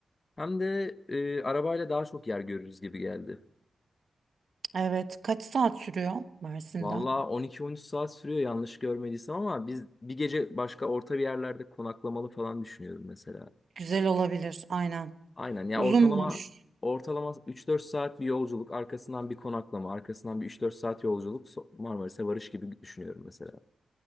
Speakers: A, on the left (about 35°); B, on the right (about 65°).
A: Hem de e, arabayla daha çok yer görürüz gibi geldi.
B: Evet. Kaç saat sürüyor Mersin'den?
A: Valla 12-13 saat sürüyor yanlış görmediysem ama biz bir gece başka orta bir yerlerde konaklamalı falan düşünüyorum mesela.
B: Güzel olabilir. Aynen.
A: Aynen ya
B: Uzunmuş.
A: ortalama ortalama üç dört saat bir yolculuk, arkasından bir konaklama, arkasından bir üç dört saat yolculuk so- Marmaris'e varış gibi düşünüyorum mesela.